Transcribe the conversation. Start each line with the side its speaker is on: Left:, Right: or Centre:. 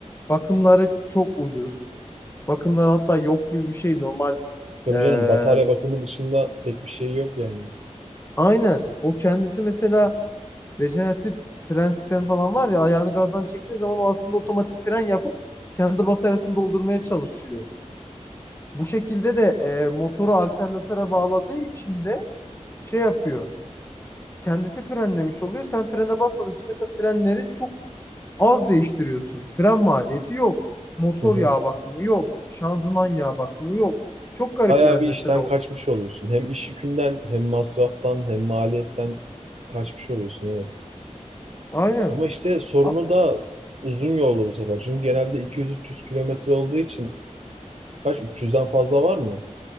Left: Bakımları çok ucuz. Bakımlar hatta yok gibi bir şey normal.
Right: Tabii
Left: Ee,
Right: canım batarya bakımı dışında pek bir şey yok yani.
Left: aynen. O kendisi mesela rejeneratif fren sistemi falan var ya ayağını gazdan çektiği zaman o aslında otomatik fren yapıp kendi bataryasını doldurmaya çalışıyor. Bu şekilde de e, motoru alternatöre bağladığı için de şey yapıyor. Kendisi frenlemiş oluyor. Sen frene basmadığın için mesela frenleri çok az değiştiriyorsun. Fren maliyeti yok. Motor
Right: Hı hı.
Left: yağ bakımı yok. Şanzıman yağ bakımı yok. Çok garip
Right: Bayağı
Left: yani
Right: bir
Left: mesela.
Right: işten kaçmış oluyorsun. Hem iş yükünden hem masraftan hem maliyetten kaçmış oluyorsun evet.
Left: Aynen.
Right: Ama işte sorunu
Left: A-
Right: da uzun yolda bu sefer. Çünkü genelde 200-300 kilometre olduğu için kaç 300'den fazla var mı?